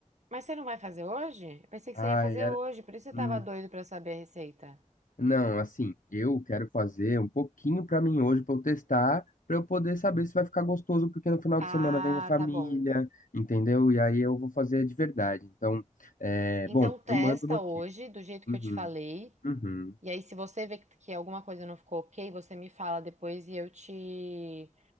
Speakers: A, on the right; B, on the left.
A: Mas você não vai fazer hoje? Eu pensei
B: Ai,
A: que você ia fazer
B: era,
A: hoje, por isso eu
B: hum.
A: tava doido pra saber a receita.
B: Não, assim, eu quero fazer um pouquinho pra mim hoje pra eu testar, pra eu poder saber se vai ficar gostoso, porque no final
A: Ah,
B: de semana vem minha família,
A: tá bom.
B: entendeu? E aí eu vou fazer de verdade. Então, é,
A: Então
B: bom,
A: testa
B: eu mando notícia.
A: hoje, do jeito
B: Uhum,
A: que eu te falei.
B: uhum.
A: E aí, se você vê que que alguma coisa não ficou ok, você me fala depois e eu te,